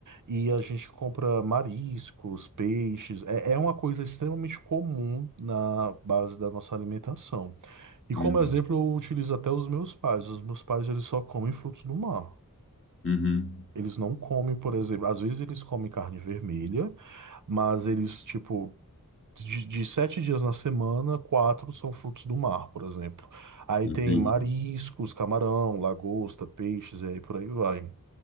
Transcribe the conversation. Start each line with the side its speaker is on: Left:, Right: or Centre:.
Right: E a gente compra mariscos, peixes. É, é uma coisa extremamente comum na base da nossa alimentação. E
Left: uhum,
Right: como exemplo, eu utilizo até os meus pais. Os meus pais, eles só comem frutos do mar.
Left: uhum.
Right: Eles não comem, por exemplo, às vezes eles comem carne vermelha, mas eles, tipo, de, de sete dias na semana, quatro são frutos do mar, por exemplo. Aí
Left: Entendi.
Right: tem mariscos, camarão, lagosta, peixes, e aí por aí vai.